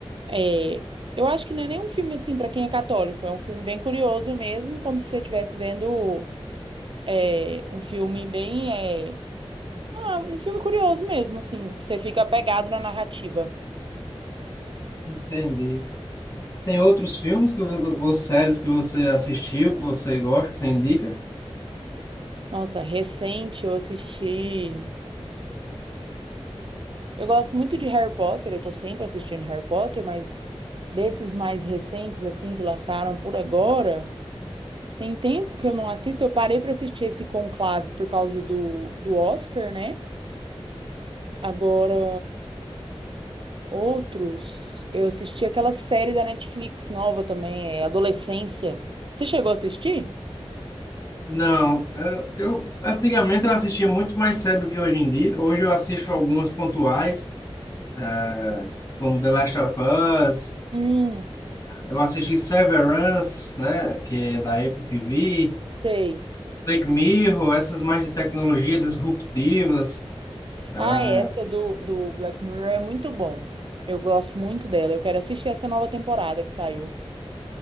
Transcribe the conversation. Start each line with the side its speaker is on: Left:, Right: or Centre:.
Right: É, eu acho que não é nem um filme assim pra quem é católico, é um filme bem curioso mesmo, como se você estivesse vendo é, um filme bem, é, ah, um filme curioso mesmo, assim, você fica apegado na narrativa.
Left: Entendi. Tem outros filmes que, vo- ou séries que você assistiu, que você gosta, que você indica?
Right: Nossa, recente eu assisti. Eu gosto muito de Harry Potter, eu tô sempre assistindo Harry Potter, mas desses mais recentes assim que lançaram por agora, tem tempo que eu não assisto. Eu parei pra assistir esse Conclave por causa do do Oscar, né? Agora Outros, eu assisti aquela série da Netflix nova também, é Adolescência. Você chegou a assistir?
Left: Não. Eu, eu- antigamente eu assistia muito mais série do que hoje em dia. Hoje eu assisto algumas pontuais, eh, como The Last of Us.
Right: Hum,
Left: Eu assisti Severance, né, que é da Apple TV.
Right: sei.
Left: Black Mirror, essas mais de tecnologia disruptivas. é,
Right: Ah, é, essa do, do Black Mirror é muito bom. Eu gosto muito dela. Eu quero assistir essa nova temporada que saiu.